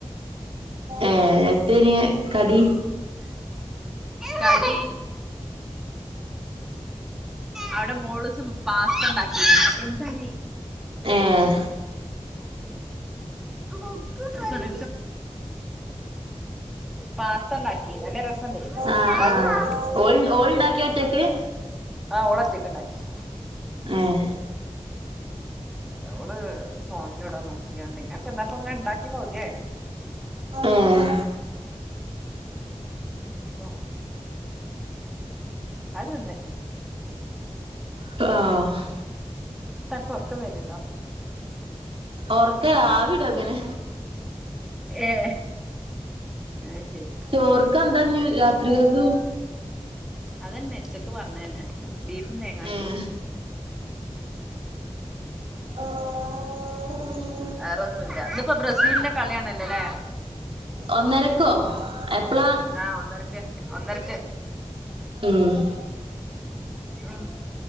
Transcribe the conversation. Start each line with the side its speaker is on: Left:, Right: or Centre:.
Right: ഏഹ് എത്തയിനി കടി
Centre: കടി അവ്ടെ മോളുസ് പാസ്ഥ ണ്ടാക്കീഞ്ഞി
Right: ഏഹ്
Centre: എടുത്തോണ്ട് പാസ്ഥണ്ടാക്കിനു നല്ല രസണ്ടെയിന്
Right: ആഹ്
Centre: പ്പോഹ്
Right: ആഹ്
Centre: തിന്ന്
Right: ഓൾ ഓള് ണ്ടാക്കിയറ്റയ്ക്കു
Centre: ആഹ് ഓള് ഒറ്റയ്ക്കിണ്ടാക്കിയ
Right: എഹ്
Centre: നമ്മള് ഫോണിലുടെ നോക്കിയേണ്ട്, ഞാൻ ചെന്നപ്പോ ഇണ്ടാക്കി പകുതിയാണ്.
Right: ഏഹ്
Centre: അപ്പൊ അഹ് തിന്ന്
Right: ആഹ്
Centre: നിനക്ക്‌ ഉറക്കം വരുണ്ടോ?
Right: ഒർക്ക ആവിട ങ്ങനെ.
Centre: ഏ അഹ് ശരി
Right: ചോർക്ക് എന്താഞ്ഞി രാത്രിക്കക്ക്
Centre: അതന്നെ ഉച്ചക്ക് പറഞ്ഞന്നെ ബീഫും തേങ്ങാ
Right: ഏഹ്
Centre: ചോറും
Right: ആഹാ ഹ്മ്മ്
Centre: വേറെ ഒന്നും ഇല്ല ഇന്നിപ്പോ ബ്രസീലിന്റെ കളിയാണല്ലോല്ലേ
Right: ഒന്നരക്ക് ഒന്നരക്കോ എപ്പളാ
Centre: ആഹ ഒന്നര്ക്ക് ഒന്നരക്ക്
Right: ഉം
Centre: ഉം